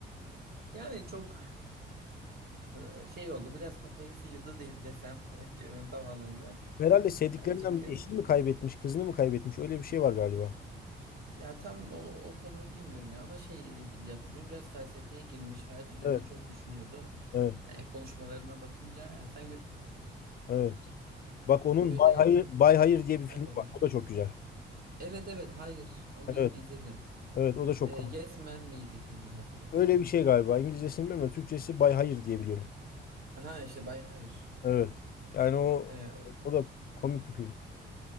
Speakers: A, on the right; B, on the left.
A: Yani çok e, şey oldu. Biraz kafayı sıyırdı de, desem e, kelimenin tam anlamıyla.
B: Herhalde sevdiklerinden
A: Yani Jim Carrey
B: eşini mi kaybetmiş, kızını mı kaybetmiş? Öyle bir şey var galiba.
A: ya tam o, o konuyu bilmiyorum ya ama şey e, diye hatırlıyorum biraz felsefeye girmiş hayat üzerinde
B: Evet.
A: çok düşünüyordu.
B: Evet.
A: Yani konuşmalarına bakınca yani sanki böyle,
B: Evet. Bak onun
A: böyle
B: Bay Hayır, Bay Hayır diye bir film
A: kaybolmuş
B: var. O
A: gibi.
B: da çok güzel.
A: Evet evet hayır onu
B: Evet.
A: iz- izledim.
B: Evet. O da çok
A: Ee, Yes Man miydi filmin adı yoksa?
B: Öyle bir şey galiba. İngilizcesini bilmiyorum da Türkçesi Bay Hayır diye biliyorum.
A: Ha işte Bay Hayır.
B: Evet. Yani o
A: Ee, o-
B: o da komik bir film.